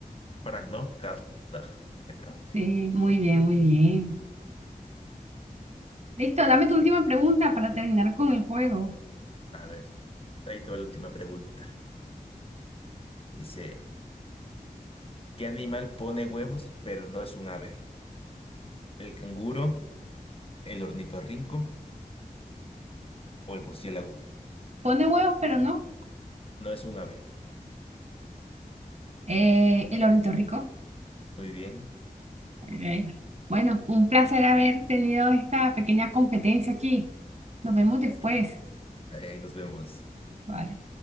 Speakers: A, on the left; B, on the right.
A: Frank, ¿no? Kafta, ¿esa?
B: Sí, muy bien, muy bien. Listo, dame tu
A: Sí.
B: última pregunta para terminar con el juego.
A: A ver, ahí te va la última pregunta. Dice, ¿qué animal pone huevos pero no es un ave? ¿El canguro, el ornitorrinco o el murciélago?
B: Pone huevos, pero no.
A: No es un ave.
B: Eh, el ornitorrinco.
A: Muy bien.
B: Ok. Bueno, un placer haber tenido esta pequeña competencia aquí. Nos vemos después.
A: Sí. Ahí nos vemos.
B: Vale.